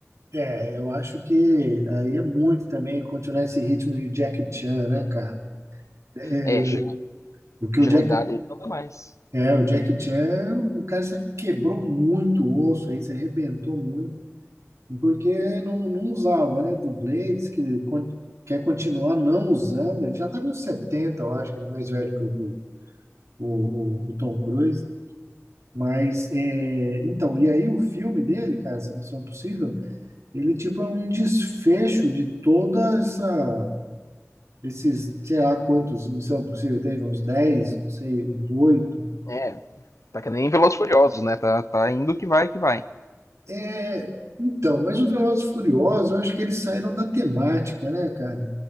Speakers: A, on the right; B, on the left.
A: É, eu acho que aí é muito também continuar esse ritmo de Jack Chan, né, cara? É,
B: É, chega,
A: Porque
B: chega
A: o Jack,
B: uma idade aí que não dá mais.
A: é, o Jack Chan, o cara se quebrou muito o osso aí, se arrebentou muito. porque não, não usava, né? Do Blades, que con- quer continuar não usando, ele já tá com 70 eu acho, que ele é mais velho que o, o, o, o Tom Cruise. Mas, é, então, e aí o filme dele, cara, essa Missão Impossível, ele tipo é um desfecho de toda essa, esses, sei lá quantos Missão Impossível teve, uns 10 não sei, uns 8.
B: É, tá que nem Velozes e Furiosos, né? Tá, tá indo que vai, que vai.
A: É, então, mas o Velozes e Furiosos, eu acho que eles saíram da temática, né, cara?